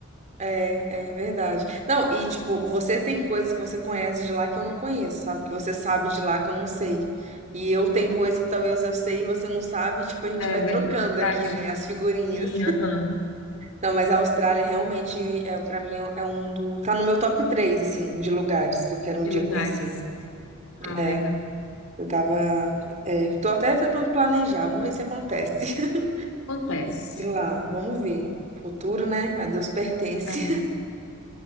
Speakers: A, on the right; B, on the left.
A: É, é verdade. Não, e tipo, você tem coisas que você conhece de lá que eu não conheço, sabe? Que você sabe de lá que eu não sei. E eu tenho coisas que talvez eu sei e você não sabe, e, tipo, a gente
B: É
A: vai
B: verdade.
A: trocando aqui, né, as figurinhas.
B: Sim, aham.
A: Não, mas a Austrália realmente é para mim é um do tá no meu top 3 assim de lugares que eu quero um
B: De
A: dia
B: lugares.
A: conhecer.
B: Ah,
A: É,
B: legal.
A: eu tava é, tô até tentando planejar, vamos ver se acontece. <laughs>
B: Acontece.
A: Ir lá, vamos ver. Futuro, né? A Deus pertence.
B: É verdade.
A: <laughs>